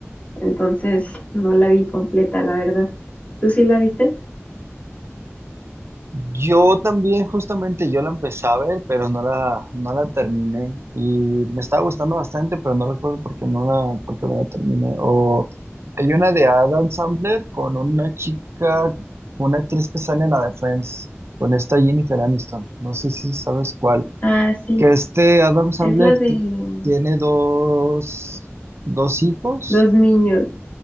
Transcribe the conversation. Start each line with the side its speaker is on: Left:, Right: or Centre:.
Left: Entonces no la vi completa, la verdad. ¿Tú sí la viste?
Right: Yo también, justamente, yo la empecé a ver, pero no la, no la terminé. Y me estaba gustando bastante, pero no recuerdo por qué no la, por qué no la terminé. O hay una de Adam Sandler con una chica, una actriz que sale en la de Friends, con esta Jennifer Aniston. No sé si sabes cuál.
Left: Ah, sí,
Right: Que este Adam Sandler
Left: es la de
Right: ti-
Left: mm,
Right: tiene dos, dos hijos.
Left: dos niños.